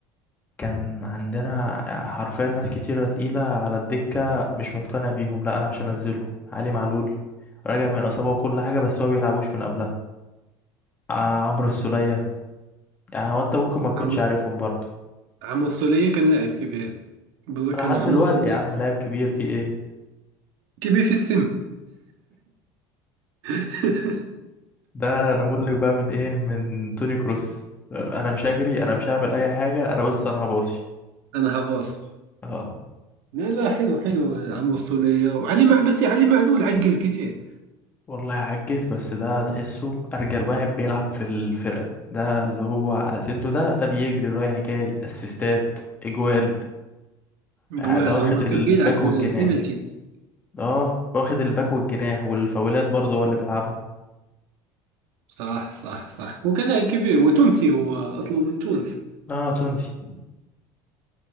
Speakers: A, on the left; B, on the right.
A: كان عندنا حرفيا ناس كتيرة تقيلة على الدكة مش مقتنع بيهم لا أنا مش هنزله علي معلول راجع من إصابة وكل حاجة بس هو بيلعبوش من قبلها آه عمرو السولية يعني هو أنت ممكن ما تكونش
B: عمو
A: عارفهم برضه
B: عمو الصولية كان لاعب كبير بتذكر
A: لحد
B: أنا
A: دلوقتي
B: عمو الصولية
A: يا عم لاعب كبير في إيه
B: كبير في السن <laughs>
A: ده نموذج بقى من إيه من توني كروس أنا مش هجري أنا مش هعمل أي حاجة أنا بس أنا هباصي
B: أنا هباصي
A: اه
B: لا لا حلو حلو عمو الصولية وعلي مع بس علي معلول عجز كتير
A: والله عجز بس ده تحسه ارجل واحد بيلعب في الفرقه ده اللي هو على سنته ده ده بيجري رايح جاي اسيستات اجوال
B: جوال
A: يعني ده واخد
B: هو
A: الباك
B: كان بيلعب
A: والجناح
B: بينالتيز
A: اه واخد الباك والجناح والفاولات برضه هو اللي بيلعبها
B: صح صح صح هو كان لاعب كبير هو تونسي هو اصله من تونس
A: اه تونسي